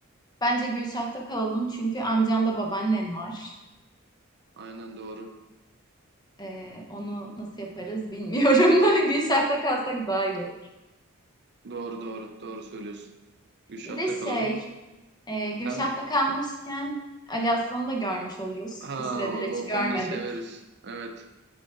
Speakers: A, on the left; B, on the right.
A: Bence Gülşah'ta kalalım çünkü amcamda babaannen var.
B: Aynen doğru.
A: E, onu nasıl yaparız bilmiyorum. <laughs> Gülşah'ta kalsak daha iyi olur.
B: Doğru, doğru, doğru söylüyorsun. Gülşah'ta
A: Bir de şey
B: kalalım.
A: e, Gülşah'ta
B: Hem
A: kalmışken Ali Aslan'ı da görmüş oluruz.
B: ha,
A: Bir süredir
B: o-
A: hiç görmedik.
B: o- onu da severiz. Evet.